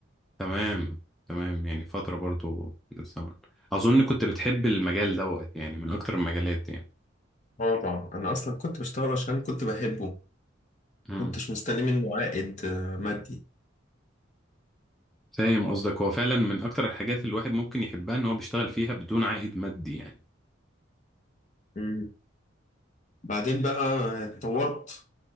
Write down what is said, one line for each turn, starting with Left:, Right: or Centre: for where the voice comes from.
Centre: تمام تمام يعني فترة برضو من الزمن أظن كنت بتحب المجال دوت يعني من أكتر المجالات يعني
Left: اه طبعا أنا أصلا كنت بشتغل عشان كنت بحبه
Centre: مم.
Left: كنتش مستني منه عائد آه، مادي
Centre: فاهم قصدك هو فعلا من أكتر الحاجات اللي الواحد ممكن يحبها إن هو بيشتغل فيها بدون عائد مادي يعني
Left: مم. بعدين بقى اتطورت